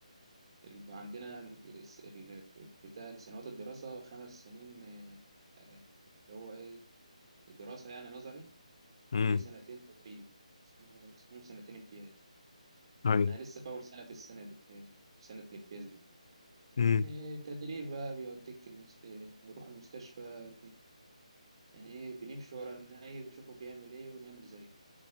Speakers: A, on the right (about 40°); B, on the left (about 50°).
A: ال- عندنا مد- الس- ال- بتاع سنوات الدراسة خمس سنين آه، آه، اللي هو إيه دراسة يعني نظري
B: امم
A: وفي سنتين تدريب اسمه- اسمهم سنتين امتياز
B: اي
A: أنا لسه في أول سنة في السنة دي آه، في سنة الامتياز دي
B: امم
A: آه، تدريب بقى بيوديك المست... بنروح المستشفى يعني ايه بنمشي ورا النايب نشوفه بيعمل ايه ونعمل زيه